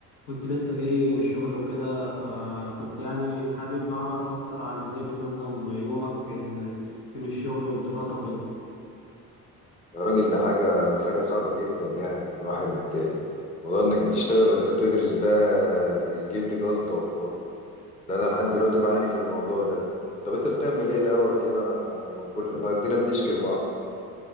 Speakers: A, on the left; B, on the left.
A: كنت لسه جاي من الشغل وكده فكنت يعني حابب أعرف أكتر عن إزاي بتنظم يومك في ال... بين الشغل والدراسة وكده
B: يا راجل ده حاجة ده حاجة صعبة جدا يعني الواحد موضوع انك بتشتغل وانت بتدرس ده يجيب لي جلطة والله ده انا لحد دلوقتي بعاني في الموضوع ده طب انت بتعمل ايه الاول كده وكل وادينا بنشكل بعض